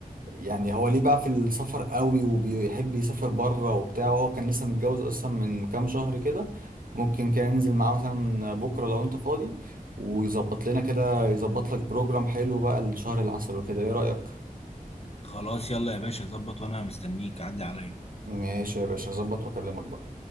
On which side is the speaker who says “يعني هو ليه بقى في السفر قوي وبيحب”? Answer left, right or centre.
Right